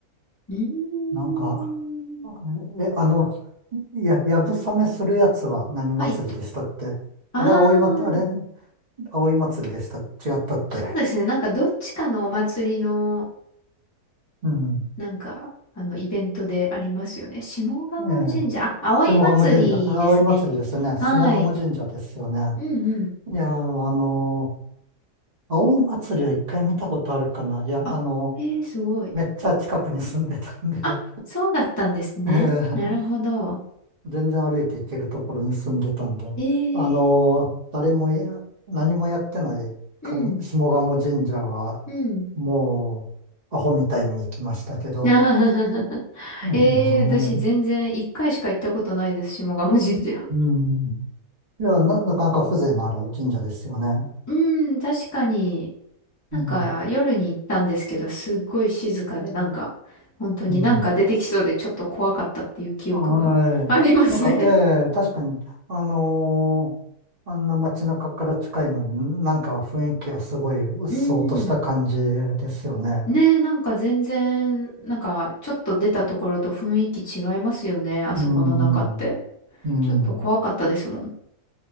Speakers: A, on the left; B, on the right.
A: うーん。
B: なんか、え、あの、いや、やぶさめするやつは何祭りでしたって。
A: はい。あ
B: あれ、葵祭、あれ、
A: あ、
B: 葵祭りでした。違ったって。
A: そうですね。なんかどっちかのお祭りの
B: うん。
A: なんか、あの、イベントでありますよね。下鴨神社。
B: ええ。
A: あ、葵祭りですね。
B: 下鴨神社。葵祭りですね。
A: はい。
B: 下鴨神社ですよね。
A: うんうん。
B: いやー、あのー、葵祭りは一回見たことあるかな。いや、
A: あ、
B: あの
A: えー、すごい。
B: ー、めっちゃ近くに住んでたんで <laughs>
A: あ、そうだったんですね。
B: ええ、
A: なるほど。
B: 全然歩いて行けるところに住んでたんで、
A: え
B: あのー、
A: ー、
B: 誰もい、何もやってないかも下鴨神社は、
A: うん、うん。
B: もう、アホみたいに行きましたけど。
A: <laughs>
B: うん、
A: えー、私全然一回しか行ったことないです、下鴨神社。
B: うん。いや、な、なかなか風情のある神社ですよね。
A: うん、確かに、なんか夜に行ったんですけど、
B: うん、
A: すっごい静かで、なんか、本当になんか出てきそうでちょっと怖かったっていう記憶が
B: うん。あえなんか、
A: <laughs> ありますね。
B: ええ確かに、あのーあんな街中から近いのに、なんか雰囲気はすごい鬱蒼とした感じですよね。
A: うん。ねえ、なんか全然、なんかちょっと出たところと雰囲気違いますよね、あそこの中って。
B: うん、うん、
A: ちょっと怖かったですもん。